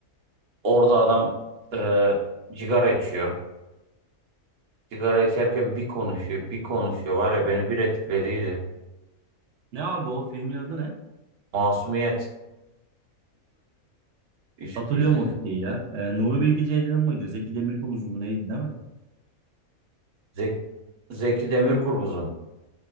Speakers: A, on the right; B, on the right.
A: Orada adam e, cigara içiyor. Sigara içerken bir konuşuyor, bir konuşuyor. Var ya beni bir etkilediydi.
B: Ne abi o filmin adı ne?
A: Masumiyet. İş,
B: Hatırlıyorum
A: izledim.
B: o fikri ya. Ee, Nuri Bilge Ceylan mıydı? Zeki Demirkubuz'un mu neydi değil mi?
A: Zek- Zeki Demirkubuz'un.